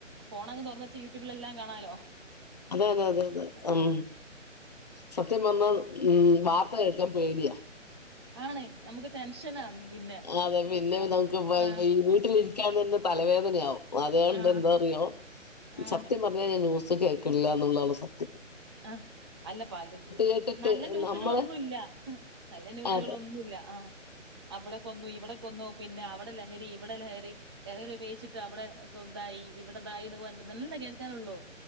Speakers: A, on the right; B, on the left.
A: ഫോണങ്ങ് തൊറന്നുവച്ച് യു റ്റുബിലെല്ലാം കാണാലോ.
B: അതെ അതെ അതെ അതെ ഉം
A: ആ.
B: സത്യം പറഞ്ഞാ ഉം വാർത്ത കേക്കാൻ പേടിയാ.
A: ആണ്. നമുക്ക് ടെൻഷനാണ് പിന്നെ.
B: അതെ പിന്നെ
A: അം
B: നമുക്ക് <unintelligible>
A: ആ
B: ഈ വീട്ടിലിരി ക്കാൻ തന്നെ തലവേദനയാവും. അതുകൊണ്ട്
A: ആ
B: എന്താറിയോ
A: ആ
B: സത്യം പറഞ്ഞാ ഞാൻ ന്യൂസ്‌ സു ഗെ ട്ടില്ലന്നുള്ളാണ് സ
A: ആഹ് അല്ല പല
B: കേട്ടിട്ട്
A: നല്ല ന്യൂസുകളൊന്നൂല്ല
B: നമ്മള്
A: നല്ല ന്യൂസുകളോന്നൂല്ല
B: അതെ
A: ആഹ്. അവിടെ കൊന്നു ഇവിടെ കൊന്നു പിന്നെ അവിടെ ലഹരി ഇവിടെ ലഹ രി ലഹരി ഉപയോഗിച്ചി അവിടെ ഒക്കെ ഉന്തായി ഇവിടെതായി എന്നൊക്കെ പറഞ്ഞിട്ട് ഇതല്ലേ കേൾക്കാനുള്ളൂ.